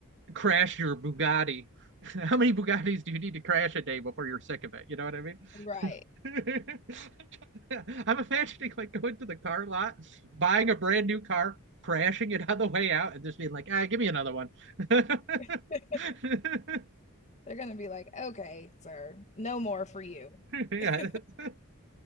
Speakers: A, on the right; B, on the left.
A: crash your Bugatti? <laughs> How many Bugattis do you need to crash a day before you're sick of it? You know what I mean?
B: Right.
A: <laughs> <laughs> I'm imagining like going to the car lot, buying a brand new car, crashing it on the way out, and just being like, "Ah, give me another one." <laughs>
B: <laughs> They're
A: Yeah.
B: gonna be like, okay, sir, no more for you.
A: that's-
B: <laughs>